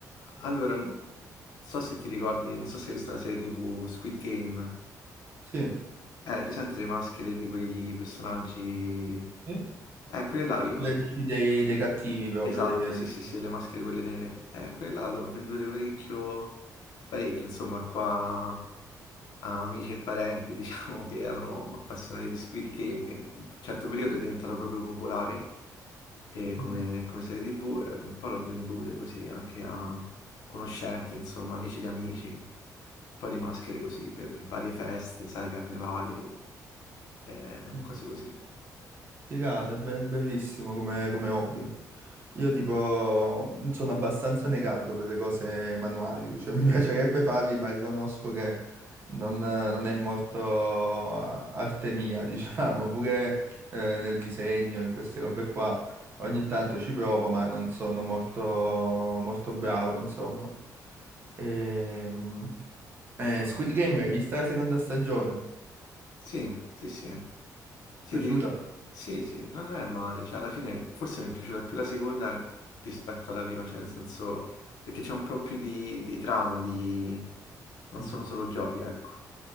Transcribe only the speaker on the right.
Sì.
Sì?
Le dici dei, dei cattivi proprio.
dei-
dei-
Mm.
Mm.
Figata, be- bellissimo come, come hobby. Io tipo sono abbastanza negato per le cose manuali, cioè mi <laughs> piacerebbe farli, ma riconosco che non, non è molto a- arte mia, <laughs> diciamo, pure eh, nel disegno, in queste robe qua. Ogni tanto ci provo, ma non sono molto, molto bravo, insomma. Ehm, eh,
Squid
Game, hai visto la seconda stagione?
Ti
è piaciuta?
Mm.